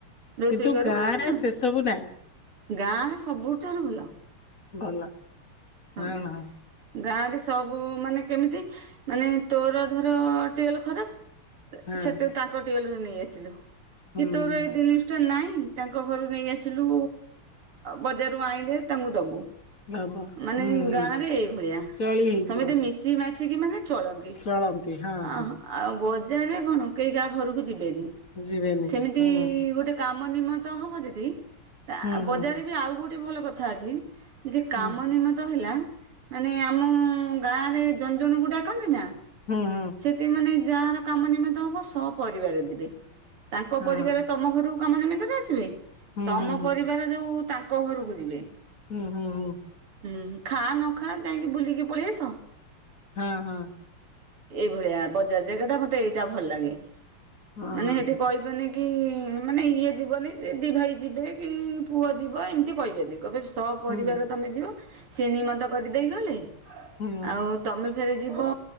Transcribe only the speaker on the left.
କିନ୍ତୁ
ଗାଁ
ରେ ସେ ସବୁ ନାଇଁ।
ଭଲ ହଁ
ହଁ
ହଁ
ହୁଁ
ହୁଁ
ହବ
ହୁଁ ହୁଁ
ଚଳି ହେଇଯିବ
ଚଳନ୍ତି ହଁ
ହଁ
ଯିବେନି।
ହୁଁ
ହୁଁ ହୁଁ
ହୁଁ
ହୁଁ ହୁଁ।
ହଁ
ହୁଁ
ହୁଁ ହୁଁ
ହୁଁ ହୁଁ। ହୁଁ
ହଁ ହଁ।
ହଁ
ହୁଁ
ହୁଁ